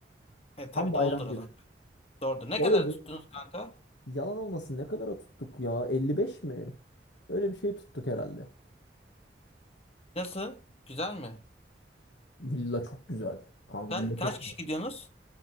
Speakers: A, on the left; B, on the left.
A: e,
B: Tam
A: tabii
B: bayram
A: doludur o
B: günü.
A: zaman. Doğrudur. Ne
B: Doludu.
A: kadar tuttunuz kanka?
B: Yalan olmasın ne kadara tuttuk ya? 55 mi? Öyle bir şey tuttuk herhalde.
A: Nasıl? Güzel mi?
B: Villa çok güzel. Kanka
A: Ka-
B: villa
A: kaç
B: çok güzel.
A: kişi gidiyorsunuz?